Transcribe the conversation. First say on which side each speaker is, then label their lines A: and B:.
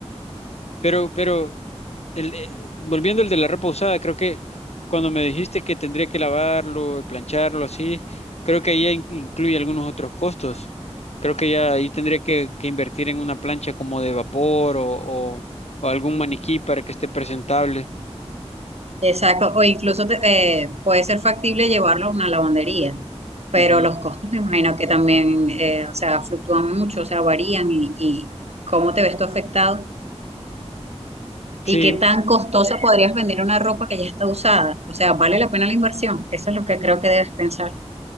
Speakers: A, on the left; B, on the right.
A: Pero, pero, el, eh, volviendo al de la ropa usada, creo que cuando me dijiste que tendría que lavarlo, plancharlo, así, creo que ahí ya in- incluye algunos otros costos. Creo que ya ahí tendría que, que invertir en una plancha como de vapor o, o, o algún maniquí para que esté presentable.
B: Exacto, o incluso te- eh, puede ser factible llevarlo a una lavandería, pero
A: Ujú.
B: los costos me imagino que también, eh, o sea, fluctúan mucho, o sea, varían y, y cómo te ves tú afectado
A: Sí,
B: y qué tan costosa podrías vender una ropa que ya está usada, o sea, ¿vale la pena la inversión? Eso es lo que creo que debes pensar.